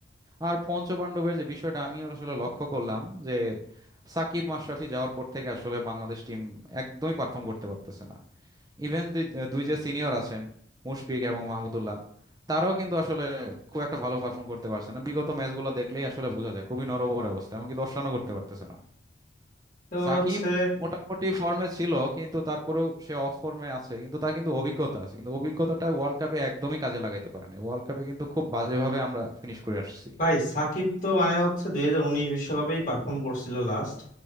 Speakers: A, on the right (about 20°); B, on the left (about 40°).
A: আর পঞ্চপাণ্ডবের যে বিষয়টা আমিও আসলে লক্ষ্য করলাম যে সাকিব মাশরাফি যাওয়ার পর থেকে আসলে বাংলাদেশ টিম একদমই পারফর্ম করতে পারতেছে না ইভেন দুই যে সিনিয়র আছেন মুশফিক এবং মাহমুদুল্লাহ তারাও কিন্তু আসলে খুব একটা ভালো পারফর্ম করতে পারছে না বিগত ম্যাচগুলো দেখলেই আসলে বোঝা যায় খুবই নড়বড়ে অবস্থা এমনকি দশ রানও করতে পারতেছে না
B: তোর
A: সাকিব
B: হচ্ছে
A: মোটামুটি ফর্মে ছিল কিন্তু তারপরেও সে অফ ফর্মে আছে কিন্তু তার কিন্তু অভিজ্ঞতা আছে কিন্তু অভিজ্ঞতাটা ওয়ার্ল্ড কাপে একদমই কাজে লাগাইতে পারে না ওয়ার্ল্ড কাপে কিন্তু খুব বাজেভাবে আমরা ফিনিশ করে আসছি
B: ভাই সাকিব তো মানে হচ্ছে দুই হাজার উনিশ বিশ্বকাপেই পারফর্ম করছিল লাস্ট